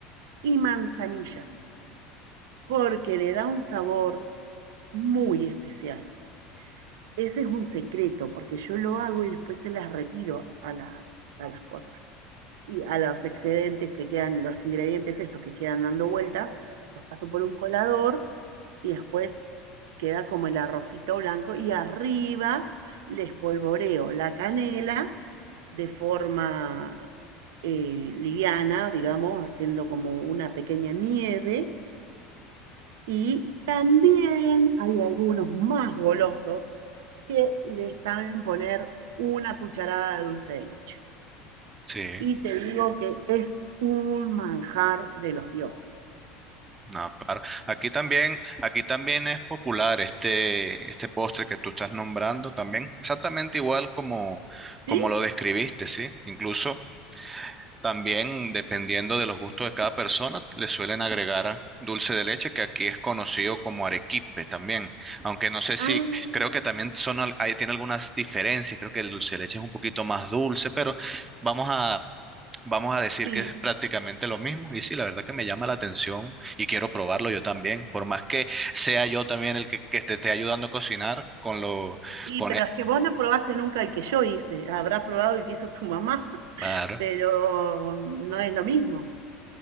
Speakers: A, on the right; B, on the right.
A: y manzanilla, porque le da un sabor muy especial. Ese es un secreto, porque yo lo hago y después se las retiro a las, a las cosas. y a los excedentes que quedan, los ingredientes estos que quedan dando vuelta, los paso por un colador y después queda como el arrocito blanco y arriba le espolvoreo la canela de forma eh, liviana, digamos, haciendo como una pequeña nieve y también hay algunos más golosos que le saben poner una cucharada de dulce de leche
B: Sí,
A: y te digo que es un manjar de los dioses.
B: no, claro. Aquí también, aquí también es popular este, este postre que tú estás nombrando también, exactamente igual como, como
A: ¿Sí?
B: lo describiste, ¿sí? Incluso También, dependiendo de los gustos de cada persona, le suelen agregar dulce de leche, que aquí es conocido como arequipe también. Aunque no sé si,
A: Ah,
B: creo que también son, al- ahí tiene algunas diferencias. Creo que el dulce de leche es un poquito más dulce, pero vamos a, vamos a decir
A: sí.
B: que es prácticamente lo mismo. Y sí, la verdad que me llama la atención y quiero probarlo yo también. Por más que sea yo también el que, que te esté ayudando a cocinar con lo,
A: Y
B: con
A: pero
B: e-
A: es que vos no probaste nunca el que yo hice. Habrás probado el que hizo tu mamá, <laughs>
B: claro.
A: pero no es lo mismo.